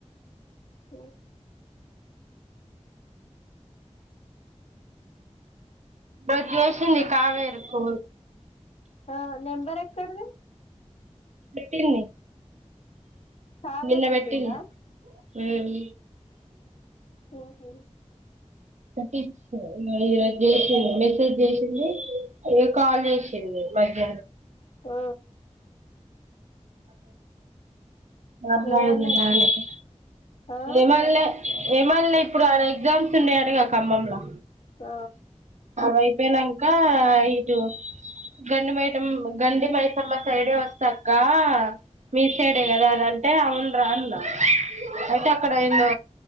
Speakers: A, on the left; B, on the right.
A: అ
B: నాది జేషింది కావేరు కు
A: ఆ నెంబర్ ఎక్కడిది
B: పెట్టింది
A: కావేరు
B: నిన్న
A: పెట్టిందా
B: పెట్టింది ఉమ్
A: హుహు
B: టి ఈరోజు చేషింది మెసేజ్ చేషింది కాల్ చేషింది మధ్య
A: హో
B: మర్ నాడ
A: ఏమన్నా
B: నాళ్లకి
A: ఆ
B: ఏం అన్లే ఏం అన్లే ఇప్పుడు ఆడ ఎగ్జామ్స్ ఉన్నాయాటగా ఖమ్మంలా
A: ఆ
B: అది అయ్యిపోయినక ఇటు గండి మైటమ్ గండి మైసమ్మ సైడే వస్తక్క మీ సైడే కదా అని అంటే అవును రా అన్నా అయితే అక్కడ ఏందో